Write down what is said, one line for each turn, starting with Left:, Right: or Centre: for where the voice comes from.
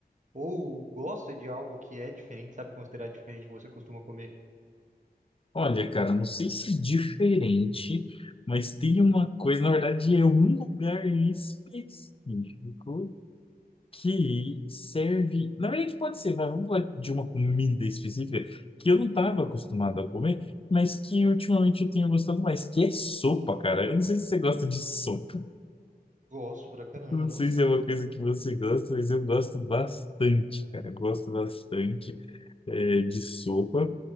Right: ou gosta de algo que é diferente, sabe, considerar diferente do que você costuma comer.
Left: Olha, cara, não sei se diferente, mas tem uma coisa, na verdade, é um lugar específico que serve. Na verdade, pode ser, vai, vamos falar de uma comida específica que eu não estava acostumado a comer, mas que ultimamente eu tenho gostado mais, que é sopa, cara. Eu não sei se você gosta de sopa,
Right: Gosto pra caramba,
Left: eu não
Right: nossa.
Left: sei se é uma coisa que você gosta, mas eu gosto bastante, cara, eu gosto bastante. é, de sopa.